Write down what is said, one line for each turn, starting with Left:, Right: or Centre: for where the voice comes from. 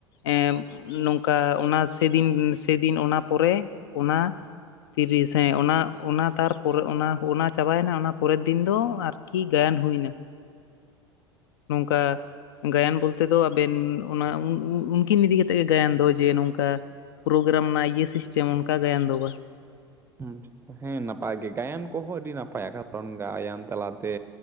Left: ᱮᱸ ᱱᱚᱝᱠᱟ ᱚᱱᱟ ᱥᱮᱫᱤᱱ ᱥᱮᱫᱤᱱ ᱚᱱᱟ ᱯᱚᱨᱮ ᱚᱱᱟ ᱛᱤᱨᱤᱥ ᱦᱮᱸ ᱚᱱᱟ ᱚᱱᱟ ᱛᱟᱨ ᱯᱚᱨᱮ ᱚᱱᱟ ᱚᱱᱟ ᱪᱟᱵᱟᱭᱮᱱᱟ ᱚᱱᱟ ᱯᱚᱨᱮᱨ ᱫᱤᱱ ᱫᱚ ᱟᱨ ᱠᱤ ᱜᱟᱭᱟᱱ ᱦᱩᱭ ᱮᱱᱟ ᱱᱚᱝᱠᱟ ᱜᱟᱭᱟᱱ ᱵᱚᱞᱛᱮ ᱫᱚ ᱟᱵᱮᱱ ᱚᱱᱟ ᱩᱱᱠᱤᱱ ᱤᱫᱤ ᱠᱟᱛᱮᱫ ᱜᱮ ᱜᱟᱭᱟᱱ ᱫᱚ ᱡᱮ ᱱᱚᱝᱠᱟ ᱯᱨᱳᱜᱨᱟᱢ ᱨᱮᱱᱟᱜ ᱤᱭᱟᱹ ᱥᱤᱥᱴᱮᱢ ᱚᱱᱠᱟ ᱜᱟᱭᱟᱱ ᱫᱚ ᱵᱟᱝ
Right: ᱦᱩᱸ ᱦᱮᱸ ᱱᱟᱯᱟᱭ ᱜᱮ ᱜᱟᱭᱟᱱ ᱠᱚᱦᱚᱸ ᱟᱹᱰᱤ ᱱᱟᱯᱟᱭᱟ ᱠᱟᱨᱚᱱ ᱜᱟᱭᱟᱱ ᱛᱟᱞᱟ ᱛᱮ